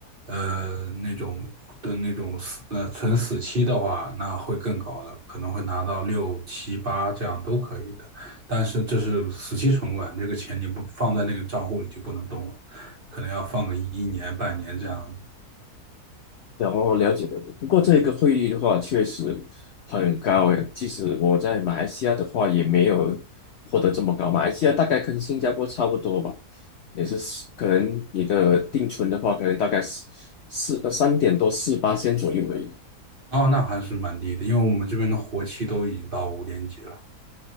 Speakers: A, on the right (about 35°); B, on the left (about 70°).
A: 呃，那种的那种死呃存死期的话，那会更高的，可能会拿到六七八这样都可以的。但是这是死期存款，这个钱你不放在那个账户里就不能动了，可能要放个一一年半年这样子。
B: 然后了解的，不过这个汇率的话确实很高诶，即使我在马来西亚的话也没有获得这么高，马来西亚大概跟新加坡差不多吧，也是四可能你的定存的话，可能大概四四呃三点多四八千左右而已，
A: 哦，那还是蛮低的，因为我们这边的活期都已经到五点几了。